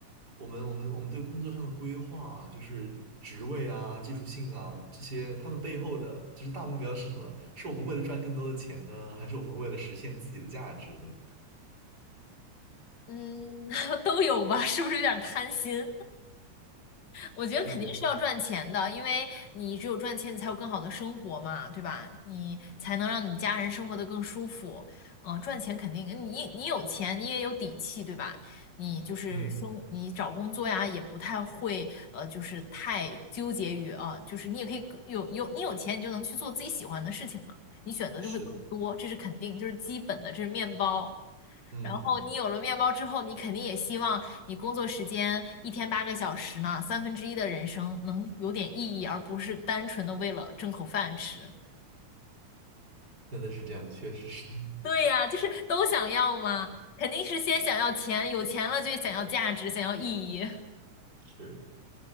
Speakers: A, on the right; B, on the left.
A: 我们我们我们对工作上的规划啊，就是职位啊、技术性啊这些，他们背后的就是大目标是什么？是我们为了赚更多的钱呢，还是我们为了实现自己的价值呢？
B: 嗯，<laughs> 都有吧？是不是有点贪心？我觉得肯定是要赚钱的，
A: 是这样。
B: 因为你只有赚钱，你才有更好的生活嘛，对吧？你才能让你家人生活得更舒服。嗯、赚钱肯定，你你有钱，你也有底气，对吧？你就是生，
A: 嗯
B: 你找工作呀，也不太会，呃，就是太纠结于啊、就是你也可以更有有你有钱，你就能去做自己喜欢的事情嘛，你选择就会更多，
A: 是。
B: 这是肯定，就是基本的，这是面包。
A: 嗯。
B: 然后你有了面包之后，你肯定也希望你工作时间一天八个小时呢，三分之一的人生能有点意义，而不是单纯的为了挣口饭吃。
A: 真的是这样，确实是。
B: 对呀，就是都想要嘛，肯定是先想要钱，有钱了就想要价值，想要意义。
A: <laughs> 是。